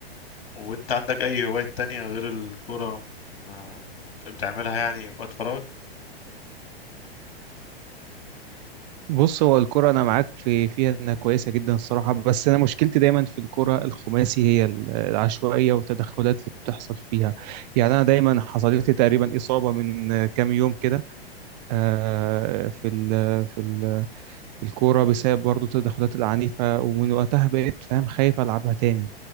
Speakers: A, on the left (about 65°); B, on the right (about 45°).
A: وانت عندك اي هوايات تانية غير الكوره آه، بتعملها يعني في وقت فراغك
B: بص هو الكرة أنا معاك في فيها إنها كويسة جدا الصراحة بس أنا مشكلتي دايما في الكرة الخماسي هي ال- آه، العشوائية والتدخلات اللي بتحصل فيها يعني أنا دايما حصلت لي تقريبا إصابة من آه، كام يوم كده آه، في ال آه، في ال آه، في الكورة بسبب برضو التدخلات العنيفة ومن وقتها بقيت فاهم خايف ألعبها تاني